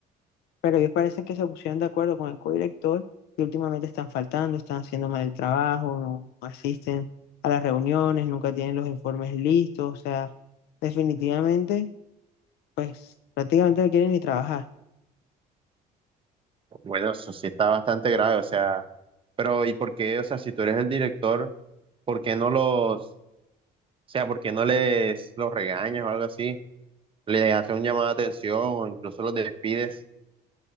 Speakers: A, on the left; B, on the right.
A: pero ellos parecen que se pusieron de acuerdo con el codirector y últimamente están faltando, están haciendo mal el trabajo, no asisten a las reuniones, nunca tienen los informes listos, o sea, definitivamente, pues prácticamente no quieren ni trabajar.
B: bueno, eso sí está bastante grave, o sea, pero ¿y por qué? O sea, si tú eres el director, ¿por qué no los, o sea, por qué no les los regañas o algo así? le haces un llamado de atención o incluso los despides.